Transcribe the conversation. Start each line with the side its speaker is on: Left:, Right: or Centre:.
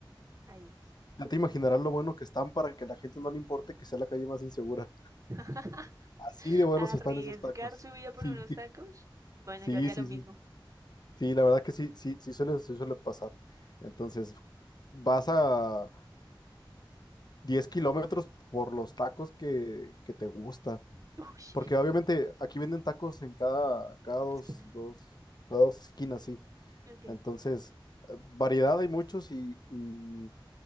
Right: ahí es.
Left: Ya te imaginarás lo bueno que están para que la gente no le importe que sea la calle más insegura.
Right: <laughs>
Left: Así de buenos
Right: Arriesgar
Left: están esos tacos.
Right: su vida por
Left: <laughs> Sí,
Right: unos tacos. Bueno,
Left: sí,
Right: yo haría
Left: sí,
Right: lo mismo.
Left: sí. Sí, la verdad que sí, sí, sí suele, sí suele pasar. Entonces, vas a 10 kilómetros por los tacos que, que te gustan.
Right: Uy.
Left: Porque obviamente aquí venden tacos en cada, cada dos,
Right: Esquina.
Left: dos, cada dos esquinas, sí.
Right: Ok.
Left: Entonces, eh, variedad hay muchos y, y